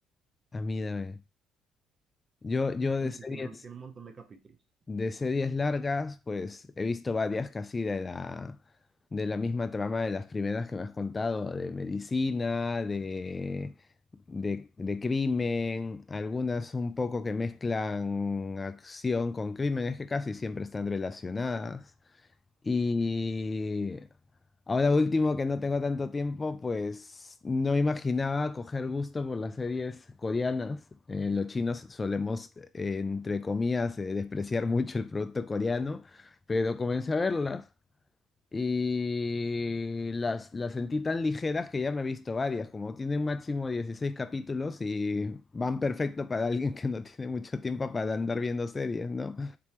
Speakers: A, on the left; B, on the right.
A: A mí dame. Yo, yo de
B: Y
A: series.
B: sí, tiene, un- tiene un montón de capítulos.
A: De series largas, pues he visto varias casi de la, de la misma trama de las primeras que me has contado, de medicina, de, de, de crimen, algunas un poco que mezclan acción con crimen, es que casi siempre están relacionadas. Y ahora último, que no tengo tanto tiempo, pues no me imaginaba coger gusto por las series coreanas. Eh, los chinos solemos, eh, entre comillas, eh, despreciar mucho el producto coreano, pero comencé a verlas y las, las sentí tan ligeras que ya me he visto varias. Como tienen máximo 16 capítulos y van perfecto para alguien que no tiene mucho tiempo para andar viendo series, ¿no?